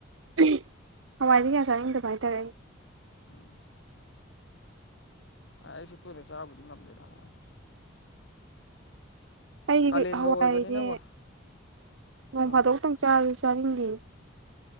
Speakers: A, on the right; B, on the left.
A: ꯎꯝ ꯍꯋꯥꯏꯗꯤ ꯀꯌꯥ ꯆꯥꯅꯤꯡꯗꯕ ꯍꯥꯏꯇꯥꯔꯦ ꯑꯩ
B: ꯎꯝ ꯑꯩꯁꯨ ꯇꯣꯏꯅ ꯆꯥꯕꯨꯗꯤ ꯉꯝꯗꯦꯗ ꯍꯋꯥꯏ
A: ꯑꯩꯗꯤ
B: ꯀꯥꯂꯦꯟꯒ
A: ꯍꯋꯥꯏꯖꯦ
B: ꯑꯣꯏꯕꯅꯤꯅꯀꯣ
A: ꯅꯣꯡ
B: ꯎꯝ
A: ꯐꯥꯗꯣꯛꯇꯪ ꯆꯥꯕ ꯆꯥꯅꯤꯡꯗꯦ